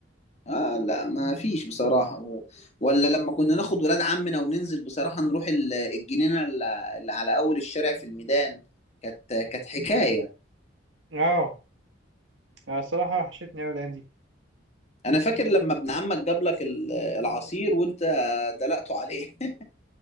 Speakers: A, on the left; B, on the right.
A: اه لا ما فيش بصراحة و... ولا لما كنا ناخد ولاد عمنا وننزل بصراحة نروح ال- الجنينة اللي اللي على اول الشارع في الميدان كانت كانت حكاية
B: اه أنا الصراحة وحشتني أوي الأيام دي
A: انا فاكر لما ابن عمك جاب لك ال- العصير وانت دلقته عليه <laughs>